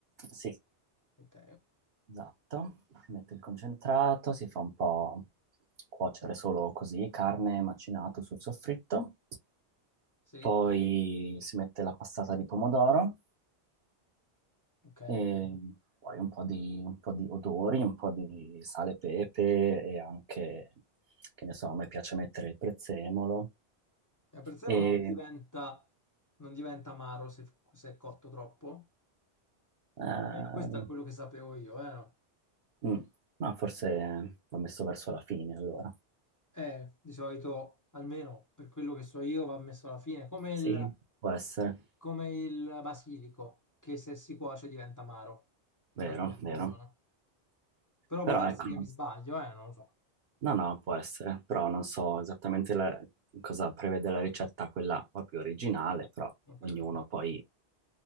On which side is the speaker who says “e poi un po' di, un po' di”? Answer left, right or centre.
Right